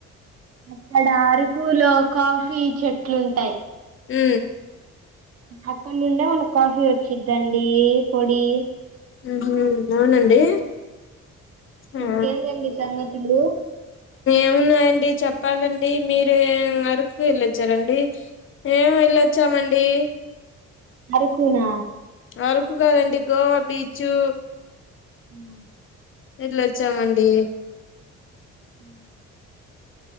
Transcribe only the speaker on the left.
ఉ
ఉహు అవునండి ఆ
ఎమ్మునాయండి చెప్పాలండి మీరే అరకుకు వెళ్ళొచ్చారండి మేం వెళ్ళొచ్చామండి
అరకు కాదండి గోవా బీచు
వెళ్ళొచ్చామండి